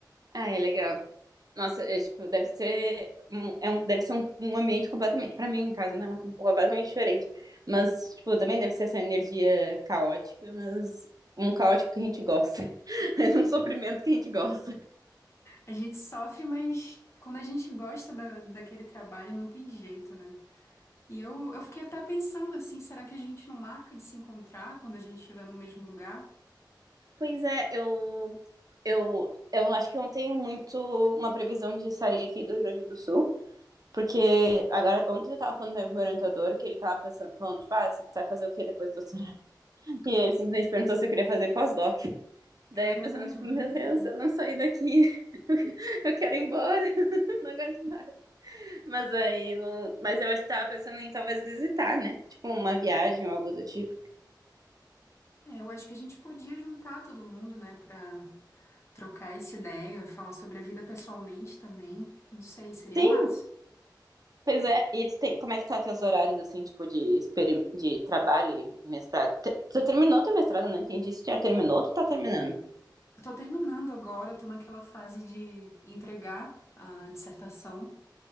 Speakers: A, on the right; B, on the left.
A: Ah, é legal. Nossa, é, tipo, deve ser. um- É um, deve ser um, um ambiente completamente, pra mim, no caso, né? Uma, co- completamente diferente. Mas, tipo, também deve ser essa energia caótica, mas um caótico que a gente gosta. <laughs> é um sofrimento que a gente gosta.
B: A gente sofre, mas quando a gente gosta da, daquele trabalho, não tem jeito, né? E eu, eu fiquei até pensando assim, será que a gente não marca de se encontrar quando a gente estiver no mesmo lugar?
A: Pois é, eu, eu, eu acho que eu não tenho muito uma previsão de sair aqui do Rio Grande do Sul. Porque agora, ontem eu tava falando né, com o meu orientador que ele tava pensando, falando, tipo, ah, você vai fazer o quê depois do doutorado? <laughs> E ele simplesmente perguntou se eu queria fazer pós-doc. Daí
B: Caramba!
A: a pessoa, tipo, meu Deus, eu não saí daqui, <laughs> eu quero ir embora, <laughs> não aguento mais. Mas aí, não... mas eu acho que tava pensando em talvez visitar, né? Tipo, uma viagem ou algo do tipo.
B: É, eu acho que a gente podia juntar todo mundo, né, pra trocar essa ideia, falar sobre a vida pessoalmente também. Não sei, seria
A: Sim,
B: massa.
A: pois é. E tu tem, como é que tá teus horários, assim, tipo, de, experi... de trabalho e mestrado? Te- Tu terminou teu mestrado, não entendi se tu já terminou ou tu tá terminando.
B: Eu tô terminando agora, eu tô naquela fase de entregar a dissertação.